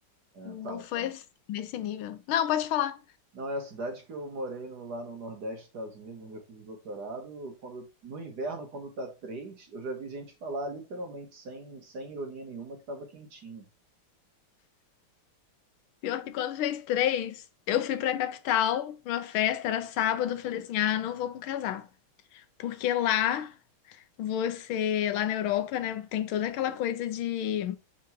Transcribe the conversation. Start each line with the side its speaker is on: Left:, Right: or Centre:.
Right: É,
Left: não
Right: fala,
Left: foi
Right: fala.
Left: assim, nesse nível. Não, pode falar.
Right: Não, é a cidade que eu morei no- lá no Nordeste dos Estados Unidos, onde eu fiz o doutorado. Quando, no inverno, quando tá três, eu já vi gente falar literalmente, sem, sem ironia nenhuma, que tava quentinho.
Left: Pior que quando fez três, eu fui pra capital, pra uma festa, era sábado, eu falei assim, ah, não vou com casaco. Porque lá, você, lá na Europa, né, tem toda aquela coisa de,